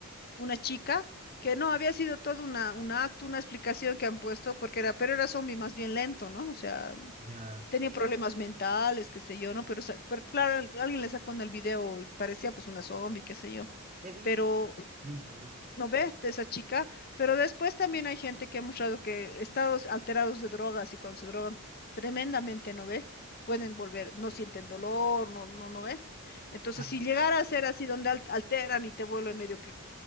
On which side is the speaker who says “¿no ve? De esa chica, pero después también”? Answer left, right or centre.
Left